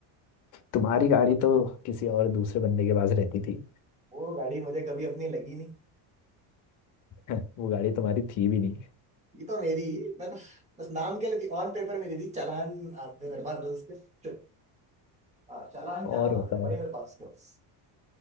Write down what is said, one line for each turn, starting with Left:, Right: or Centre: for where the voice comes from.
Left: तुम्हारी गाड़ी तो किसी और दूसरे बंदे के पास रहती थी
Right: वो गाड़ी मुझे कभी अपनी लगी नहीं
Left: <laughs> वो गाड़ी तुम्हारी थी भी नहीं
Right: ये तो मेरी ही, पर बस नाम के लिए ऑन पेपर मेरी थी चालान आते मेरे पास बस उसके च- हाँ, चालान चालान
Left: और
Right: आते
Left: बताओ
Right: थे भाई मेरे पास उसके बस